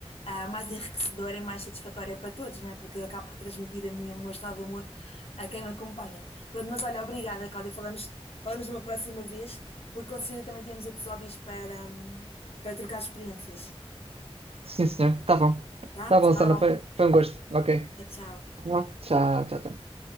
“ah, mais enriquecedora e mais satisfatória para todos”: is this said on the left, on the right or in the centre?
Left